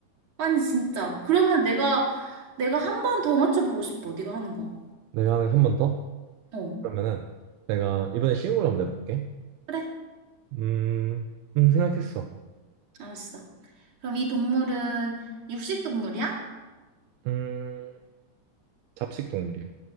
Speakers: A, on the right; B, on the right.
A: 아니, 진짜. 그러면 내가, 내가 한 번 더 맞춰보고 싶어, 네가 하는 거.
B: 내가 한 번 더?
A: 어.
B: 그러면은 내가 이번에 쉬운 걸로 한번 내볼게
A: 그래,
B: 음, 음 생각했어
A: 알았어. 그럼 이 동물은 육식 동물이야?
B: 음 잡식 동물이야